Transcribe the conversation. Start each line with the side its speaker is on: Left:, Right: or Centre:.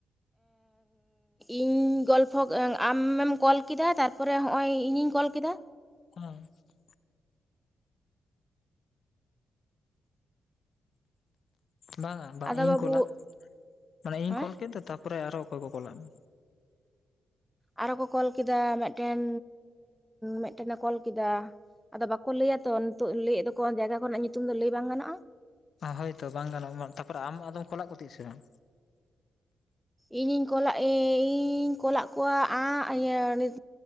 Centre: ᱤᱧ ᱜᱚᱞᱯᱷᱚ, ᱟᱢᱮᱢ ᱠᱚᱞ ᱠᱮᱫᱟ᱾ ᱛᱟᱨᱯᱚᱨᱮ ᱦᱚᱸᱜᱼᱚᱭ ᱤᱧᱤᱧ ᱠᱚᱞ ᱠᱮᱫᱟ᱾
Left: <unintelligible> ᱵᱟᱝᱟ ᱵᱟᱝ
Centre: ᱟᱫᱚ
Left: ᱤᱧ
Centre: ᱵᱟᱹᱵᱩ
Left: ᱠᱚᱞᱟ᱾ ᱢᱟᱱᱮ ᱤᱧᱤᱧ
Centre: ᱦᱮᱸ
Left: ᱠᱚᱞ ᱠᱮᱫ ᱫᱚ, ᱛᱟᱯᱚᱨᱮ ᱟᱨᱚ ᱚᱠᱚᱭ ᱠᱚ ᱠᱚᱞᱟ ᱢᱮ?
Centre: ᱟᱨᱦᱚᱸ ᱠᱚ ᱠᱚᱞ ᱠᱮᱫᱟ, ᱢᱤᱫᱴᱮᱱ ᱢᱤᱫᱴᱮᱱᱮ ᱫᱚ ᱠᱚᱞ ᱠᱮᱫᱟ। ᱟᱫᱚ ᱵᱟᱠᱚ ᱞᱟᱹᱭᱟ ᱛᱚ, ᱱᱤᱛᱚᱜ ᱞᱟᱹᱭ ᱫᱚᱠᱚ ᱡᱟᱭᱜᱟ ᱠᱚᱨᱮᱱᱟᱜ ᱧᱩᱛᱩᱢ ᱫᱚ ᱞᱟᱹᱭ ᱵᱟᱝ ᱜᱟᱱᱚᱜᱼᱟ᱾
Left: ᱚ ᱦᱳᱭᱛᱚ ᱵᱟᱝ ᱜᱟᱱᱚᱜᱼᱟ, ᱛᱟᱯᱚᱨᱮ ᱟᱢ ᱟᱫᱚᱢ ᱠᱚᱞᱟᱜ ᱠᱚᱛᱮᱡ ᱥᱮ ᱵᱟᱝ?
Centre: ᱤᱧᱤᱧ ᱠᱚᱞᱟᱜ ᱤᱧ ᱠᱚᱞᱟᱜ ᱠᱚᱣᱟ ᱟᱸᱜ। ᱤᱭᱟᱹ ᱢᱤᱫ